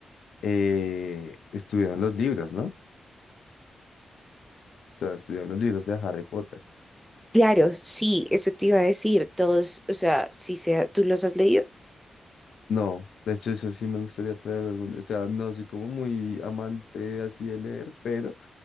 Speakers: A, on the left; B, in the centre.
A: eh, estuvieron los libros, ¿no? O sea, estuvieron los libros de Harry Potter.
B: Claro, sí, eso te iba a decir. Todos, o sea, si sea, tú los has leído
A: No, de hecho eso sí me gustaría traer algún, o sea, no soy como muy amante así de leer, pero